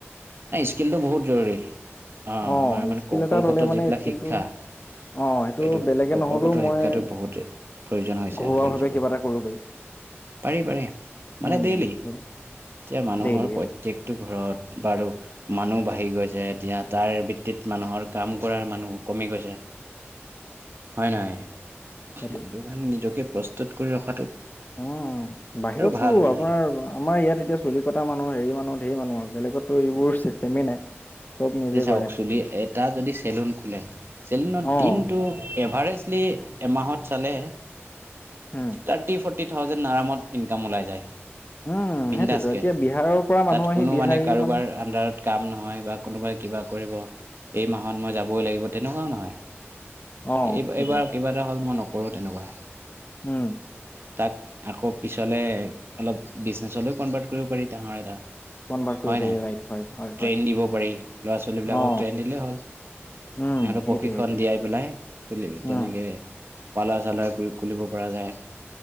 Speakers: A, on the right; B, on the left.
A: নাই স্কিলটো বহুত জৰুৰী। অঁ,
B: অ
A: আমাৰ মানে
B: স্কিল
A: কৌশলগত
B: এটা ললে মানে
A: যিবিলাক
B: স্কিলটো
A: শিক্ষা
B: অ সেইটো
A: এইটো
B: বেলেগে
A: কৌশলগত
B: নহলেও মই
A: শিক্ষাটো বহুতেই প্ৰয়োজন হৈছে
B: ঘৰুৱা
A: আজিকালি
B: ভাৱে
A: যুগত,
B: কিবা এটা কৰিব পাৰি
A: পাৰি পাৰি
B: উম
A: মানে ডেইলি। এতিয়া মানুহৰ
B: ডেইলি সেইটো
A: প্ৰত্যকটো ঘৰত বাৰু মানুহ বাঢ়ি গৈছে এতিয়া তাৰ ভিত্তিত মানুহৰ কাম কৰাৰ মানুহ কমি গৈছে। হয় নহয়?
B: সেইটো
A: এইটো কাৰণে নিজকে প্ৰস্তুত কৰি ৰখা
B: উম, বাহিৰতটো
A: ভাল মানে
B: আপোনাৰ
A: এইটো
B: আমাৰ ইয়াত এতিয়া চুলি কটা মানুহ হেৰি মানুহ ঢেৰ মানুহ আৰু বেলেগতো এইবোৰ চিষ্টেমেই নাই নিজে
A: এ চাওক
B: কৰে
A: চুলি এটা যদি চেলুন খোলে চেলুনত
B: অঁ
A: দিনটো এভাৰেজ এমাহত চালে
B: উম
A: থাৰ্টি ফৰ টি থাউজেণ্ড আৰামত ইনকাম ওলাই যায়।
B: উম
A: বিন্দাছকে
B: সেইটোতো। এতিয়া বিহাৰৰ পৰা মানুহ
A: তাত
B: আহি
A: কোনো
B: বিহাৰী
A: মানে কাৰোবাৰ
B: মানুহ
A: আণ্ডাৰত কাম নহয় বা কোনোবাই কিবা কৰিব এই মাহত মই যাবই লাগিব তেনেকুৱাও নহয়
B: অঁ
A: এইব
B: সেইটোৱে
A: এইবাৰ কিবা এটা হ'ল মই নকৰোঁ তেনেকুৱা।
B: উম
A: তাক আকৌ পিছলৈ অলপ বিজনেচলৈও কনভাৰ্ট কৰিব পাৰি ডাঙৰ এটা।
B: কনভাৰ্ট কৰিব
A: হয়
B: পাৰি
A: নহয়?
B: ৰাইট হয় হয় হয়
A: ট্ৰেইন দিব পাৰি ল'ৰা ছোৱালীবিলাকক
B: অঁ
A: ট্ৰেইন দিলেই হ'ল। সিহঁত
B: উম সেইটোৱে
A: প্ৰশিক্ষণ
B: সেইটোৱে
A: দিয়াই পেলাই চুলি
B: উম
A: তেনেকে পালৰ চালৰ খুল পৰা যায়